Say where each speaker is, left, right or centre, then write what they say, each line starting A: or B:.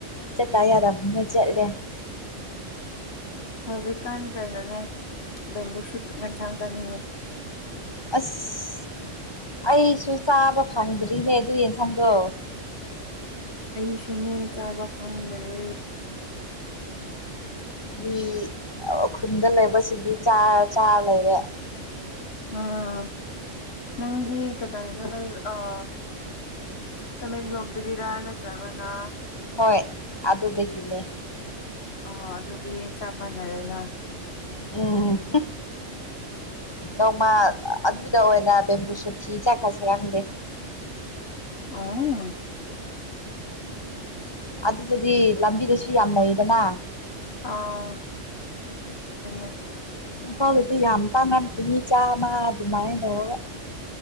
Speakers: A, on the left; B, on the left.
A: ꯆꯦꯠꯇ ꯌꯥꯗꯕꯅ ꯆꯠꯂꯦ꯫
B: ꯍꯧꯖꯤꯛꯀꯥꯟ ꯀꯩꯅꯣꯅꯦ ꯕꯦꯝꯕꯨ ꯁꯨꯠ ꯌꯦꯟꯁꯥꯡ ꯆꯥꯅꯤꯡꯉꯦ
A: ꯑꯁ ꯑꯩꯁꯨ ꯆꯥꯕ ꯐꯪꯗ꯭ꯔꯤꯅꯦ ꯑꯗꯨꯏ ꯌꯦꯟꯁꯥꯡꯗꯣ
B: ꯑꯩꯁꯨꯅꯦ ꯆꯥꯕ ꯐꯪꯗ꯭ꯔꯦ
A: ꯃꯤ ꯈꯨꯟꯗ ꯂꯩꯕꯁꯤꯡꯗꯤ ꯆꯥꯔ ꯆꯥꯔ ꯂꯩꯔꯦ
B: ꯎꯝ ꯅꯪꯗꯤ ꯀꯗꯥꯏꯗ ꯂꯩ ꯑꯥ ꯇꯃꯦꯡꯂꯣꯡꯗꯒꯤꯔ ꯅꯠꯇ꯭ꯔꯒꯅ
A: ꯍꯣꯏ ꯑꯗꯨꯗꯒꯤꯅꯦ
B: ꯑ ꯑꯗꯨꯗꯤ ꯆꯞ ꯃꯥꯟꯅꯔꯦꯅ
A: ꯎꯝ ꯅꯣꯡꯃ ꯑꯗꯨꯗ ꯑꯣꯏꯅ ꯕꯦꯝꯕꯨꯁꯨꯠ ꯊꯤ ꯆꯠꯈ꯭ꯔꯁꯤꯔ ꯈꯪꯗꯦ
B: ꯑꯣ
A: ꯑꯗꯨꯗꯗꯤ ꯂꯝꯕꯤꯗꯁꯨ ꯌꯥꯝꯂꯩꯗꯅ
B: ꯑꯥ <inaudible>
A: ꯏꯝꯐꯥꯜꯗꯗꯤ ꯌꯥꯝ ꯇꯥꯡꯉꯝꯈꯤꯅꯤ ꯆꯥꯃ ꯑꯗꯨꯃꯥꯏꯅ ꯇꯧꯔꯒ